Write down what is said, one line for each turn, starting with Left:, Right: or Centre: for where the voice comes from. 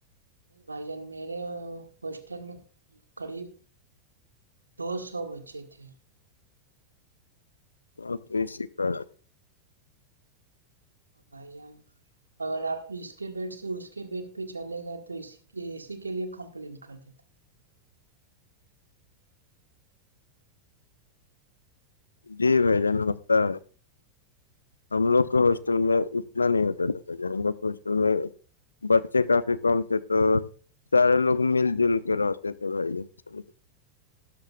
Right: بھائی جان میرے ہاسٹل میں قریب دو سو بچے تھے
Left: تو کو شکات
Right: بھائی جان اگر آپ اس کے بیٹ سے اس کے بیٹ پہ چلے گئے تو اسی اسی کے لیے کمپلین کر دیتا تھا
Left: جی بھائی جان ہوتا ہے ہم لوگ کے ہاسٹل میں اتنا نہیں ہوتا تھا بھ جان ہم لوگ کے ہاسٹل میں بچے کافی کم تھے تو سارے لوگ مل جل کے رہتے تھے بھائی ج